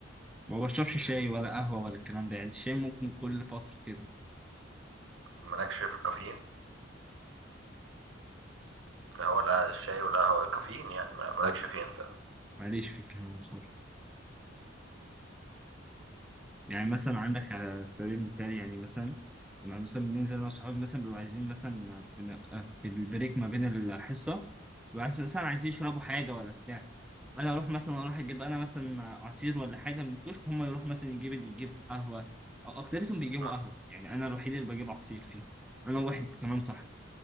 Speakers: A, in the centre; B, on the right (about 80°).
A: ما بشربش شاي ولا قهوة ولا الكلام ده يعني الشاي ممكن كل فترة كده
B: مالكش في كافيين اللي هو لا الشاي والقهوة كافيين يعني ما- مالكش فيه انت
A: ماليش في الكلام ده خالص يعني مثلا عندك على سبيل المثال يعني مثلا لما مثلا بننزل أنا وصحابي مثلا بنبقى عايزين مثلا بنبقى في البريك ما بين الحصة بيبقوا عايز- مثلا عايزين يشربوا حاجة ولا بتاع انا اروح مثلا اروح اجيب انا مثلا عصير ولا حاجه من الكشك هم يروح مثلا يجيب اللي يجيب قهوه أو اكتريتهم بيجيبوا
B: مم.
A: قهوه يعني انا الوحيد اللي بجيب عصير فيهم انا واحد كمان صح